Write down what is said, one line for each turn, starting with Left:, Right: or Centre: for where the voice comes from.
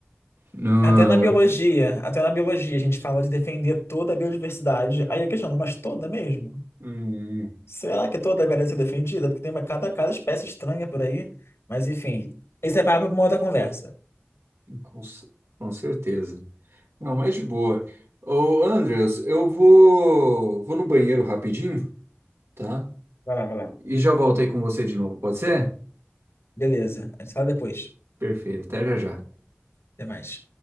Right: No...
Left: Até na biologia, até na biologia, a gente fala de defender toda a biodiversidade. Aí eu questiono, mas toda mesmo?
Right: Hum,
Left: Será que toda merece ser defendida? Porque tem uma, cada, cada espécie estranha por aí. Mas enfim, esse é papo para uma outra conversa.
Right: com, ce- com certeza. Não, mas de boa. Ô, Andreas, eu vou, vou no banheiro rapidinho, tá?
Left: Vai lá, vai lá.
Right: E já volto aí com você de novo, pode ser?
Left: Beleza, a gente fala depois.
Right: Perfeito, até já já.
Left: Até mais.